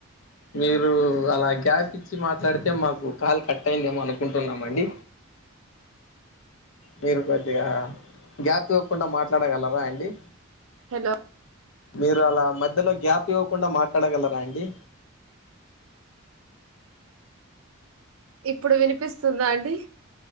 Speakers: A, on the left; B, on the right.
A: మీరు అలా గ్యాప్ ఇచ్చి మాట్లాడితే మాకు కాల్ కట్ అయిందేమో అనుకుంటున్నామండి. మీరు కొద్దిగా గ్యాప్ ఇవ్వకుండ మాట్లాడగలరా అండి?
B: హలో
A: మీరు అలా మధ్యలో గ్యాప్ ఇవ్వకుండా మాట్లాడగలరా అండి?
B: ఇప్పుడు వినిపిస్తుందా అండి?